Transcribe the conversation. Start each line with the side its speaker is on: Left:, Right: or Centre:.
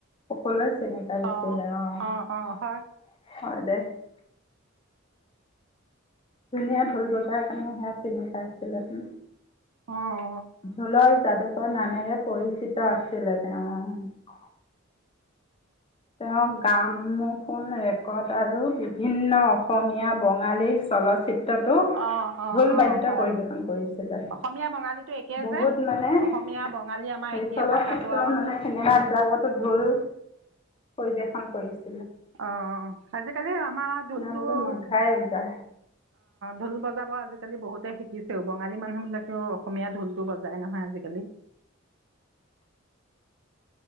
Left: সকলোৱে চিনি পাইছিলে
Right: অঁ
Left: অ
Right: অঁ অঁ
Left: '।
Right: হয়
Left: হয় দে। ধুনীয়া ঢোল বজোৱাৰ কাৰণে সেয়া চিনি পাইছিলে অ '
Right: অ'।
Left: ঢোলৰ যাদুকৰ নামেৰে। পৰিচিত আছিলে তেওঁ। তেওঁ গামফোন ৰেকৰ্ড আৰু বিভিন্ন অসমীয়া বঙালী চলচিত্ৰ। তো
Right: অঁ অঁ
Left: ঢোল
Right: অঁ
Left: বাদ্য
Right: হয়
Left: পৰিৱেশন কৰিছিলে।
Right: অসমীয়া বঙালীটো একেই
Left: বহুত
Right: যে
Left: মানে,
Right: অসমীয়া
Left: সেই
Right: বঙালী আমাৰ একেই
Left: পলিচালক
Right: ভাষাটো
Left: ক্ষেত্ৰত
Right: আৰু
Left: মানে, চিনেমা বিলাকতো ঢোল- পৰিৱেশন কৰিছে।
Right: অঁ, আজিকালি আমাৰ ঢোলটো
Left: নামটো মাঘাই
Right: অঁ,
Left: ওজা
Right: ঢোল বজাব আজিকালি- আজিকালি বহুতে শিকিছেও, বঙালী মানুহ বিলাকেও অসমীয়া ঢোলটো বজাই নহয়, আজিকালি।